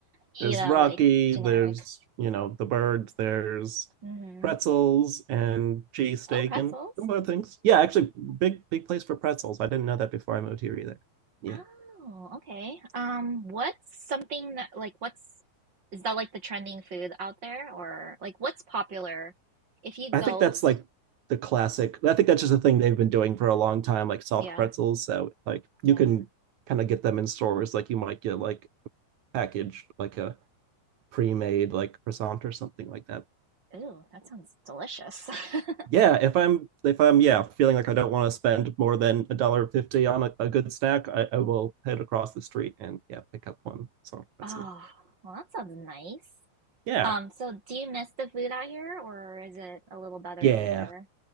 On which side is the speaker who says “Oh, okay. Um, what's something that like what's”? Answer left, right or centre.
Right